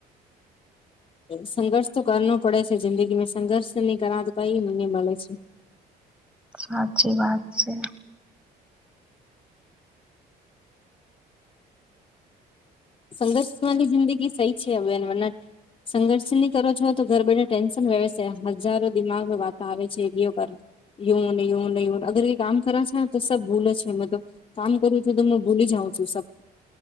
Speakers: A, on the left (about 30°); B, in the centre.
A: સંઘર્ષ તો કરનોર પડે છે જિંદગીમાં, સંઘર્ષ નહી કરા તો કઈ મને મળે છે.
B: સાચી વાત છે.
A: સંઘર્ષ વાળી જિંદગી સહી છે, હવે મને સંઘર્ષ ની કરો છો, તો ઘર બેઠા ટેન્શન રેવે શે, હજારો દિમાગ વાત આવે છે, બેવ કર યોન યોન યોન અગર એ કામ કરા શે, તો સબ ભૂલે છે મેતો. કામ કરુ છું તો હું ભૂલી જાઉં છું સબ.